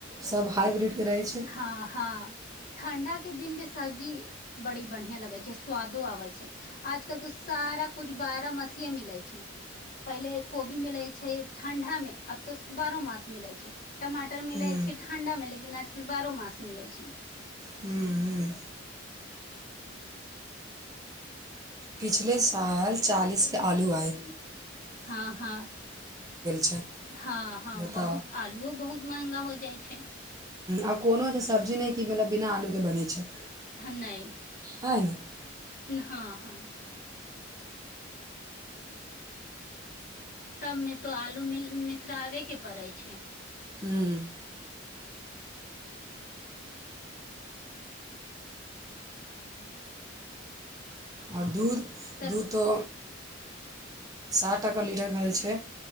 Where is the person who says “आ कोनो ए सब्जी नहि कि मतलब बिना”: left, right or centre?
Right